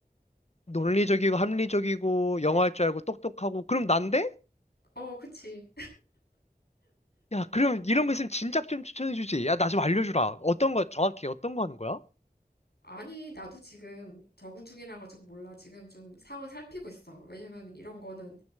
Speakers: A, on the left; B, on the left.
A: 논리적이고 합리적이고 영어 할 줄 알고 똑똑하고 그럼 난데?
B: 어, 그치.
A: 야, 그럼 이런 거 있으면 진작 좀 추천해 주지. 야, 나 좀 알려주라. 어떤 거 정확히 어떤 거 하는 거야?
B: 아니, 나도 지금 적응 중이라 가지고 몰라. 지금 좀 상황 을 살피고 있어. 왜냐면 이런 거는